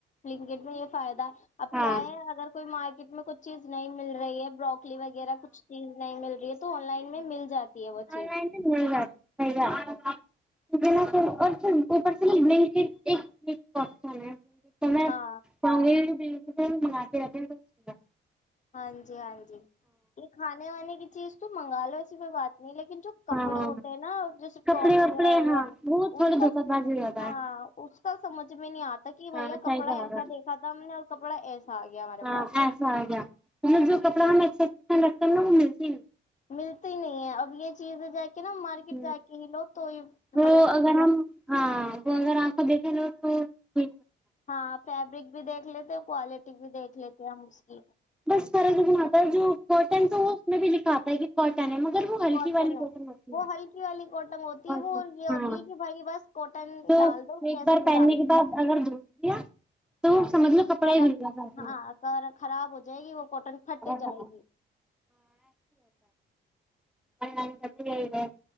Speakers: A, on the left (about 40°); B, in the centre.
A: لنکٹ میں یہ فائدہ اب
B: ہاں
A: کیا ہے اگر کوئی مارک کتنا کچھ چیز نہیں مل رہی ہے بروکلی وغیرہ کچھ چیز نہیں مل رہی ہے
B: <unintelligible>
A: تو آن لائن میں مل جاتی ہے وہ چیز
B: <unintelligible> <unintelligible>
A: ہاں
B: نہیں
A: ہاں جی ہاں جی یہ کھانے وے کی چیز تو منگا لو اس میں بات نہیں لیکن جو کپڑے
B: ہاں
A: ہوتے ہیں نا جیسے ٹاپ
B: کپڑے
A: وغیرہ
B: وپڑے
A: ہو
B: ہاں
A: گیا
B: وہ تھوڑی
A: اس کا
B: دھوکہ بازی ہو جاتا
A: ہاں
B: ہے
A: اس کا سمجھ میں نہیں آتا کہ
B: ہاں
A: بھیا کپڑا
B: صحیح برابر
A: ایسا دیکھا تھا ہم نے اور <unintelligible> ہمارے
B: ہاں
A: پاس
B: خسا ہم جو کپڑا ہم ا پند رکھتے ہیں نا وہ ملتی
A: ملتی ہی نہیں ہے اب یہ چیز جا کے نا مارکیٹ
B: ہ
A: جا کے ہی لو تو یہ
B: تو
A: بڑھیا لگتی
B: اگر
A: ہے
B: ہم ہاں وہ اگر آ کا دیکھیں ل ہ جی
A: ہاں فیبرک بھی دیکھ لیتے کوالٹی بھی دیکھ لیتے ہیں ہم اس کی
B: اس طرح سے بناتا ہے جو کاٹن تو وہ اس میں بھی لکھاتا ہے کہ کاٹن ہے م مگر وہ ہلکی
A: کاٹن
B: والی
A: ہے
B: بٹن ہوتی
A: وہ
B: ہے
A: ہلکی والی کاٹن ہوتی
B: ہاں
A: ہے وہ یہ ہوتی ہے کہ بھائی بس کوٹن
B: تو
A: ڈال دو
B: ایک
A: کیسی
B: بار
A: بھی
B: پہننے
A: ڈال
B: کے
A: دو
B: بعد اگر دھو دیا تو سمجھ لو کپڑا
A: ہاں
B: ہی دھل گیا سارا
A: خراب ہو جائے گی وہ کاٹن پھٹ جائے
B: سارا،
A: گی
B: مم کا پور ہے